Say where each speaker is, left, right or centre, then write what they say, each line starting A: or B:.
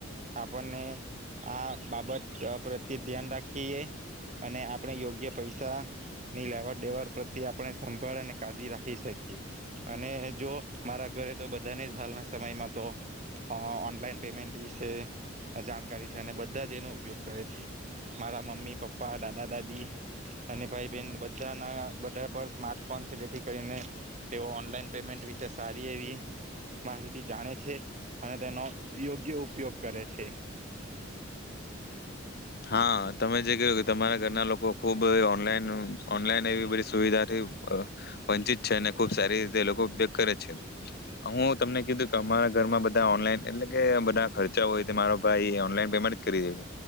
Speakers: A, on the right; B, on the left.
A: આપણને આ બાબત પ્રત્યે ધ્યાન રાખીએ અને આપણે યોગ્ય પૈસા ની લેવાડ દેવડ પ્રત્યે આપણે સંભાળ અને કાળજી રાખી શકીએ અને જો મારા ઘરે તો બધાને જ હાલના સમયમાં તો ઓનલાઈન પેમેન્ટ વિશે જાણકારી છે અને બધા જ એનો ઉપયોગ કરે છે મારા મમ્મી, પપ્પા, દાદા, દાદી અને ભાઈ, બહેન બધાના બધા પર સ્માર્ટફોન છે જેથી કરીને તેઓ ઓનલાઈન પેમેન્ટ વિશે સારી એવી માહિતી જાણે છે અને તેનો યોગ્ય ઉપયોગ કરે છે.
B: હા તમે જે ક્યું કે તમારા ઘરના લોકો ખુબ ઓનલાઈન ઓનલાઈન એવી બધી સુવિધાથીઅ વંચિત છે અને ખુબ સારી રીતે એ લોકો ઉપયોગ કરે છે. હું તમને કીધું કે અમારા ઘરમાં બધા ઓનલાઈન એટલે કે બધા ખર્ચા હોય તો મારો ભાઈ ઓનલાઈન પેમેન્ટ કરી દે છે.